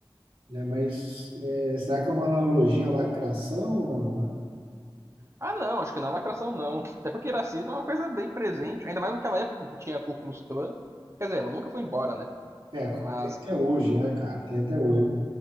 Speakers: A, on the right (about 80°); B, on the right (about 30°).
A: né? Mas é, será que é uma analogia à lacração? Não, né?
B: Ah, não, acho que na lacração não. Até porque racismo é uma coisa bem presente, ainda mais naquela época que tinha a Ku Klux Klan. Quer dizer, ela nunca foi embora, né?
A: É,
B: Mas
A: tem até hoje, né, cara? Tem até hoje.